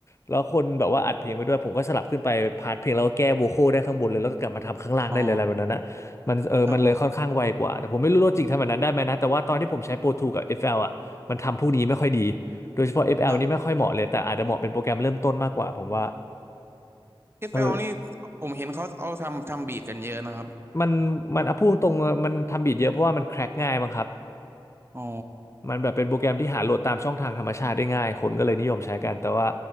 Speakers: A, on the left; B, on the right.
A: แล้วคนแบบว่าอัดเพลงไปด้วยผมก็สลับขึ้นไปพาร์ทเพลงแล้วก็แก้โวคอลได้ข้างบนเลยแล้วก็กลับมาทำข้างล่างได้เลยอะไรแบบนั้นนะ
B: อ๋อ
A: มันเออมันเลยค่อนข้างไวกว่า
B: ครับผม
A: แต่ผมไม่รู้โลจิกทำแบบนั้นได้ไหมนะแต่ว่าตอนที่ผมใช้ Pro 2กับ FL อฟแอลอ่ะมันทำพวกนี้ไม่ค่อยดี โดยเฉพาะ FL
B: ครับ
A: นี่ไม่ค่อยเหมาะเลย แต่อาจจะเหมาะเป็นโปรแกรมเริ่มต้นมากกว่าผมว่า
B: เอ
A: เออ
B: l นี่ผมเห็นเขาเอาทำทำบีทกันเยอะนะครับ
A: มันมันอ่ะพูดตรงๆมันทำบีทเยอะเพราะว่ามันแคร็กง่ายมั้งครับ
B: อ๋อ
A: มันแบบเป็นโปรแกรมที่หาโหลดตามช่องทางธรรมชาติได้ง่ายคนก็เลยนิยมใช้กันแต่ว่า